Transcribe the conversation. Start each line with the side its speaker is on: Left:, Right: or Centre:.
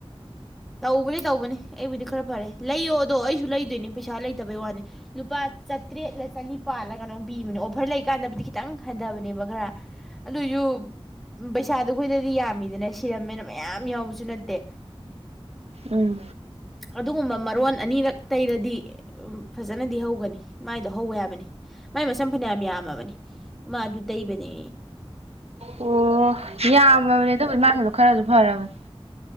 Centre: ꯇꯧꯕꯅꯤ ꯇꯧꯕꯅꯤ ꯑꯩꯕꯨꯗꯤ ꯈꯔ ꯐꯔꯦ ꯂꯩꯌꯣꯗꯣ ꯑꯩꯁꯨ ꯂꯩꯗꯣꯏꯅꯦ ꯄꯩꯁꯥ ꯂꯩꯇꯕꯩ ꯋꯥꯅꯤ ꯂꯨꯄꯥ ꯆꯥꯇ꯭ꯔꯦꯠꯂ ꯆꯅꯤꯄꯥꯜꯂ ꯀꯩꯅꯣꯝ ꯄꯤꯕꯅꯦ ꯑꯣꯐꯔ ꯂꯩꯀꯥꯟꯗꯕꯨꯗꯤ ꯈꯤꯇꯪ ꯍꯟꯊꯕꯅꯦꯕ ꯈꯔ ꯑꯗꯨꯑꯣꯏꯁꯨ ꯄꯩꯁꯥꯗꯣ ꯑꯩꯈꯣꯏꯗꯗꯤ ꯌꯥꯝꯃꯤꯗꯅ ꯁꯤꯔꯝꯃꯦꯅ ꯃꯌꯥꯝ ꯌꯥꯎꯕꯁꯨ ꯅꯠꯇꯦ
Right: ꯎꯝ
Centre: ꯑꯗꯨꯒꯨꯝꯕ ꯃꯔꯣꯟ ꯑꯅꯤꯔꯛ ꯇꯩꯔꯗꯤ ꯎꯝ ꯐꯖꯅꯗꯤ ꯍꯧꯒꯅꯤ ꯃꯥꯏꯗꯣ ꯍꯧꯋꯦ ꯍꯥꯏꯕꯅꯤ ꯃꯥꯏ ꯃꯁꯝ ꯐꯅꯌꯥꯝ ꯌꯥꯝꯃꯕꯅꯤ ꯃꯥ ꯑꯗꯨ ꯇꯩꯕꯅꯤ
Right: ꯑꯣ ꯌꯥꯝꯃꯕꯅꯦ ꯑꯗꯨꯕꯨꯗꯤ ꯃꯥꯏ ꯁꯝꯗꯣ ꯈꯔꯁꯨ ꯐꯔꯕꯅꯦ